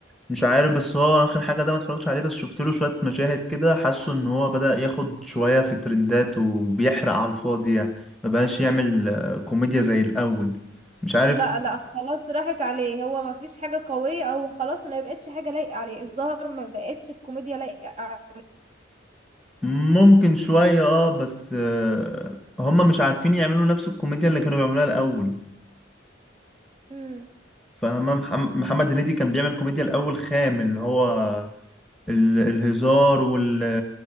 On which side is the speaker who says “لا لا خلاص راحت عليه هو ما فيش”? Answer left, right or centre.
Right